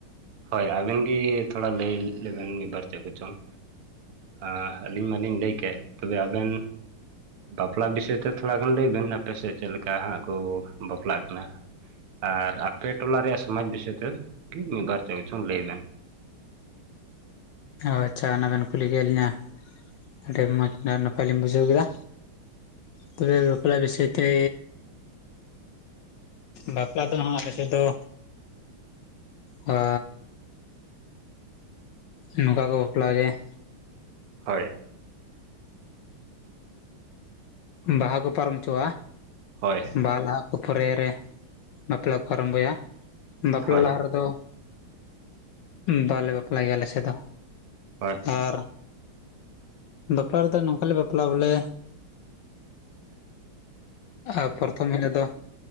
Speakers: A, on the right; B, on the left.
A: ᱦᱳᱭ, ᱟᱵᱮᱱ ᱜᱮ ᱛᱷᱚᱲᱟ ᱞᱟᱹᱭ ᱞᱮᱵᱮᱱ ᱢᱤᱫ ᱵᱟᱨ ᱪᱮᱫ ᱠᱚᱪᱚᱝ᱾ ᱟ ᱟᱹᱞᱤᱧ ᱢᱟᱞᱤᱧ ᱞᱟᱹᱭ ᱠᱮᱫ ᱛᱚᱵᱮ ᱟᱵᱮᱱ᱾ ᱵᱟᱯᱞᱟ ᱵᱤᱥᱟᱹᱭ ᱛᱮ ᱛᱷᱚᱲᱟ ᱜᱟᱱ ᱞᱟᱹᱭ ᱵᱮᱱ᱾ ᱟᱯᱮᱥᱮᱫ ᱪᱮᱫ ᱞᱮᱠᱟ ᱦᱟᱸᱜ ᱠᱚ ᱵᱟᱯᱞᱟᱜ ᱠᱟᱱᱟ? ᱟᱨ ᱟᱯᱮ ᱴᱚᱞᱟ ᱨᱮᱭᱟᱜ ᱥᱚᱢᱟᱡᱽ ᱵᱤᱥᱟᱹᱭ ᱛᱮᱫ ᱜᱮ ᱢᱤᱫ ᱵᱟᱨ ᱪᱮᱫ ᱪᱷᱚᱝ ᱞᱟᱹᱭ ᱵᱮᱱ᱾
B: ᱚ ᱟᱪᱪᱷᱟ ᱚᱱᱟ ᱵᱮᱱ ᱠᱩᱞᱤ ᱠᱮᱫ ᱞᱤᱧᱟ᱾ ᱟᱹᱰᱤ ᱢᱚᱸᱡᱽ ᱱᱟᱯᱟᱭ ᱞᱤᱧ ᱵᱩᱡᱷᱟᱹᱣ ᱠᱮᱫᱟ᱾ ᱛᱚᱵᱮ ᱵᱟᱯᱞᱟ ᱵᱤᱥᱟᱹᱭ ᱛᱮ ᱵᱟᱯᱞᱟ ᱫᱚ ᱦᱟᱸᱜ ᱟᱞᱮ ᱥᱮᱫ ᱫᱚ ᱦᱟᱻ ᱱᱚᱝᱠᱟ ᱠᱚ ᱵᱟᱯᱞᱟ ᱜᱮ ᱾
A: ᱦᱳᱭ ᱾
B: ᱵᱟᱦᱟ ᱠᱚ ᱯᱟᱨᱚᱢ ᱦᱚᱪᱚᱣᱟ
A: ᱦᱳᱭ
B: ᱵᱟᱦᱟ ᱞᱟᱦᱟ ᱚ ᱯᱚᱨᱮ ᱨᱮ ᱵᱟᱯᱞᱟ ᱠᱚ ᱟᱨᱟᱢᱵᱷᱚᱭᱟ ᱵᱟᱯᱞᱟ
A: ᱦᱳᱭ
B: ᱞᱟᱦᱟ ᱨᱮᱫᱚ ᱵᱟᱞᱮ ᱵᱟᱯᱞᱟᱜ ᱜᱮᱭᱟ ᱟᱞᱮ ᱥᱮᱫ ᱫᱚ
A: ᱦᱳᱭ
B: ᱟᱨ ᱵᱟᱯᱞᱟ ᱨᱮᱫᱚ ᱱᱚᱝᱠᱟ ᱞᱮ ᱵᱟᱯᱞᱟ ᱵᱚᱞᱮ ᱟᱨ ᱯᱚᱛᱷᱚᱢ ᱦᱤᱞᱳᱜ ᱫᱚ